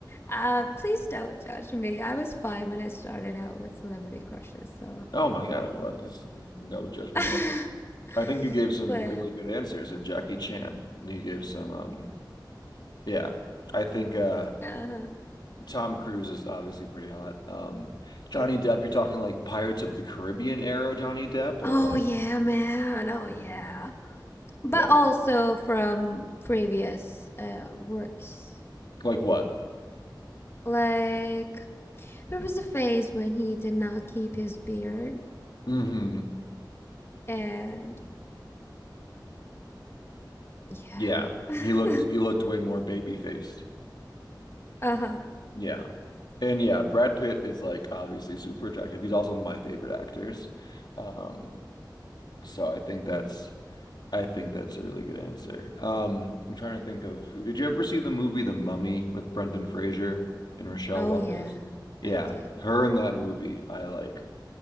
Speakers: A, on the left; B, on the left.
A: Uh, please don't judge me. I was five when I started out with celebrity crushes, so.
B: Oh my God, well, there's no judgment
A: <laughs>
B: at all. I think you gave some
A: But,
B: really good answers and Jackie Chan. You gave some um yeah. I think uh
A: uh,
B: Tom Cruise is obviously pretty hot. Um, Johnny Depp, you're talking like Pirates of the Caribbean era Johnny Depp
A: oh
B: or like
A: yeah, man. Oh yeah.
B: Mm.
A: but
B: yeah,
A: also from previous uh, works.
B: like what?
A: Like there was a phase when he did not keep his beard,
B: hmm
A: and yeah,
B: Yeah.
A: <laughs>
B: He looked he looked way more baby faced.
A: uh huh.
B: Yeah. And yeah, Brad Pitt is like obviously super attractive. He's also one of my favorite actors. Um, so I think that's I think that's a really good answer. Um, I'm trying to think of who, did you ever see the movie The Mummy with Brendan Fraser and Rochelle
A: Oh
B: Wise?
A: yeah,
B: Yeah,
A: I did.
B: her in that movie. I like,